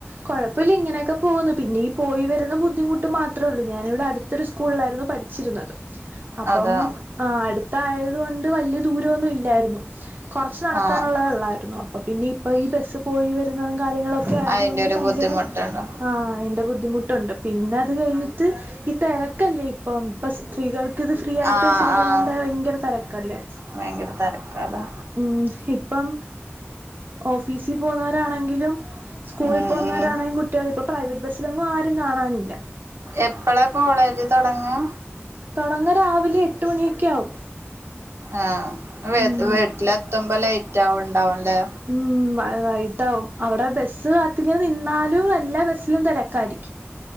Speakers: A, on the right (about 45°); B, on the right (about 70°).
A: കൊഴപ്പമില്ല ഇങ്ങനെയൊക്കെ പോകുന്നു പിന്നെ ഈ പോയി വരുന്ന ബുദ്ധിമുട്ട് മാത്രേ ഉള്ളൂ ഞാനിവിടെ അടുത്തൊരു സ്കൂളിലായിരുന്നു പഠിച്ചത് ഠിച്ചിരുന്നത് അപ്പം
B: അതാ
A: ആ അടുത്ത ആയതുകൊണ്ട് വലിയ ദൂരമൊന്നും ഇല്ലായിരുന്നു കുറച്ച് നടക്കാനുള്ളെ
B: ആഹ്
A: ഉള്ളായിരുന്നു അപ്പ പിന്നെ ഇപ്പൊ ഈ ബസ്സ് പോയി വരുന്ന കാര്യങ്ങളൊക്കെ ആയത്
B: അയിന്റെ
A: കൊണ്ട്
B: ഒരു
A: ഭയങ്കര
B: ബുദ്ധിമുട്ടുണ്ടോ
A: ആഹ് അതിൻ്റെ ബുദ്ധിമുട്ട് ബുദ്ധിമുട്ടുണ്ട് പിന്നെ അത് കഴിഞ്ഞിട്ട് ഈ തിരക്കല്ലേ ഇപ്പം ഇപ്പ സ്ത്രീകൾക്ക് ഫ്രീ ആയിട്ട്
B: ആഹ്
A: വെച്ചിരിക്കുന്നോണ്ട്
B: ആഹ്
A: ഭയങ്കര തിരക്കല്ലേ
B: ഭയങ്കര തെരക്കാല്ലേ
A: മ്മ് ഇപ്പം ഓഫീസിൽ പോവുന്നവരാണെങ്കിലും സ്കൂളിൽ
B: ഉം
A: പോന്നവരാണെങ്കിൽ
B: ഉം
A: കുട്ടികൾ ഇപ്പൊ പ്രൈവറ്റ് ബസ്സിലൊങ്ങും ആരും കാണാനില്ല
B: എപ്പളാ കോളേജ് തൊടങ്ങാ
A: തുടങ്ങ രാവിലെ എട്ട് മണിയൊക്കെ ആവും
B: ആഹ് വീട്ടി
A: ഉം
B: വീട്ടില് എത്തുമ്പോ ലേറ്റ് റ്റാവണു ണ്ടാവുംല്ലേ
A: ഉം വ വൈകിട്ടാവും അവിടെ ബസ് കാത്തിങ്ങനെ നിന്നാലും എല്ലാ ബസ് ലും തിരക്കായിരിക്കും